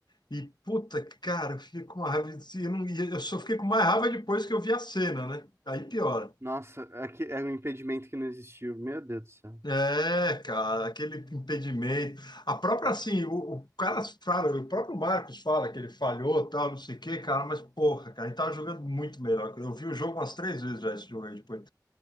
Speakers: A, on the left (about 75°); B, on the right (about 40°).
A: e puta, cara, eu fiquei com uma raiva. de- si, Eu, não, e eu só fiquei com mais raiva depois que eu vi a cena, né? Aí piora.
B: Nossa, é que é um impedimento que não existiu. Meu Deus do céu.
A: É, cara, aquele impedimento. A própria, assim, o, o cara fala, o próprio Marcos fala que ele falhou, tal, não sei o quê, cara, mas porra, cara, ele tava jogando muito melhor. Eu vi o jogo umas três vezes já esse jogo aí depois.